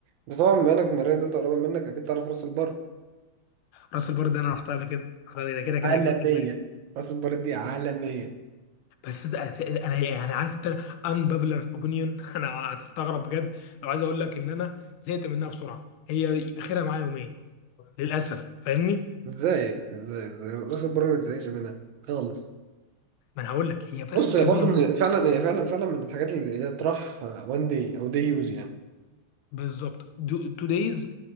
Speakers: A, on the right (about 70°); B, on the left (about 80°).
A: بس طبعا بما إنك من المنيا دلتا قريبة منك أكيد تعرف راس البر
B: راس البر ده انا رحتها قبل كده رحتها ده كده كده
A: عالمية
B: كده اجباري.
A: راس البر دي عالمية
B: بس ده انا يعني عارف انت unpopular opinion <laughs> انا هتستغرب بجد لو عايز اقول لك ان انا زهقت منها بسرعه هي اخرها معايا يومين للاسف فاهمني
A: إزاي إزاي إزاي راس البر ما تزهقش منها خالص
B: ما انا هقول لك هي بلد
A: بص هي
B: جميله
A: برضه
B: موت
A: من فعلا هي فعلا فعلا من الحاجات اللي هي تروح وان داي أو داي يوز يعني
B: بالظبط تو دايز